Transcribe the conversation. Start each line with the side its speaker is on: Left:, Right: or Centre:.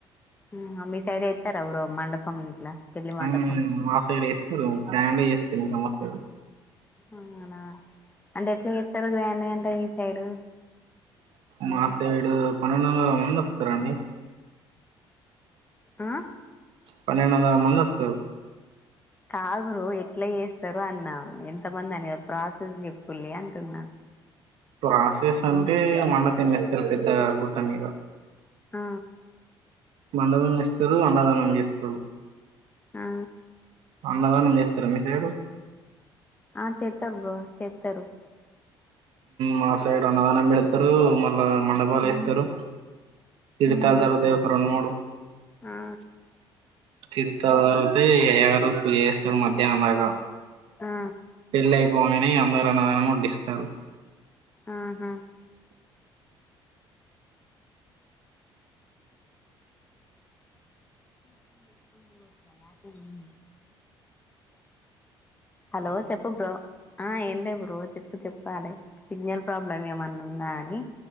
Left: మ్ మీ సైడ్ ఎత్తర బ్రో మండపం ఇట్లా పెళ్లి మండపం
Right: మ్మ్ మా సైడ్ ఎస్తారు గ్రాండ్ ఎస్తారు ఇంక మాసైడు
Left: అవునా అంటే ఎట్లా చెస్తరు గ్రాండ్ గంటే మీ సైడు
Right: మా సైడు పన్నెండోందల మంది వస్తారండి
Left: ఆ
Right: పన్నెండొందల మంది వస్తారు
Left: కాదు బ్రో ఎట్ల చేస్తారు అన్నా ఎంతమంది అని ప్రస ఎప్పుడు లే అంటున్నా
Right: ప్రాసెస్ అంటే మండపం ఏస్తారు పెద్ద గుట్ట మీద
Left: ఆ
Right: మండపం ఎస్తరు అన్నదానం చేస్తారు
Left: ఆ
Right: అన్నదానం చేస్తారా మీ సైడు
Left: ఆ చేత్తరు బ్రో చెత్తరు
Right: మా సైడ్ అన్నదానం పెడతారు మళ్ళా మండపాలు
Left: మ్మ్
Right: వేస్తారు తి
Left: మ్మ్
Right: తల్తారు ఒక రెండు మూడు
Left: ఆ
Right: తీర్థాలురుతే ఎ ఎగరు పూజ చేస్తాడు మధ్యాహ్నం దాకా
Left: ఆ
Right: పెళ్ళయి పొంగనే అందరు అన్నదానం వడ్డిస్తారు
Left: అ హా చూసుకొని పో ఒకసారి ఆపిల్ ఉంది హలో చెప్పు బ్రో ఆ ఏం లే బ్రో చెప్పు చెప్పాలి సిగ్నల్ ప్రాబ్లం ఏమన్నా ఉందా అని